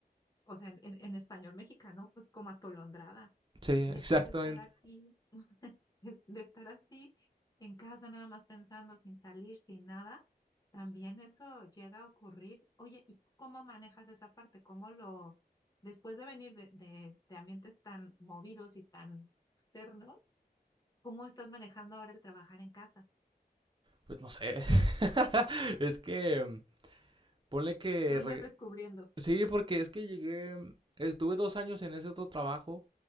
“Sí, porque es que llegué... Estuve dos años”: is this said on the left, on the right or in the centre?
Right